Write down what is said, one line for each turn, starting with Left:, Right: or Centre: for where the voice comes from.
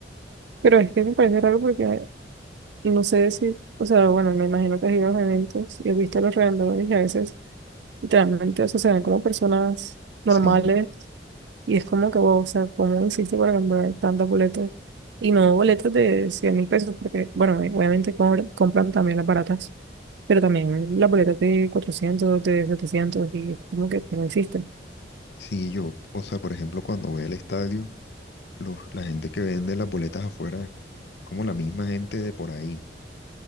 Right: Pero es que me parece raro porque no sé si, o sea, bueno, me imagino que has ido a los eventos y has visto a los revendedores y a veces literalmente, o sea, se ven como personas normales
Left: Sí,
Right: Y es como que, wow, o sea, ¿cómo hiciste para comprar tantas boletas? Y no boletas de cien mil pesos, porque, bueno, eh, obviamente cobr- compran también las baratas, pero también las boletas de 400 de 700 y es como que no existen.
Left: sí, yo, o sea, por ejemplo, cuando voy al estadio, los, la gente que vende las boletas afuera es como la misma gente de por ahí.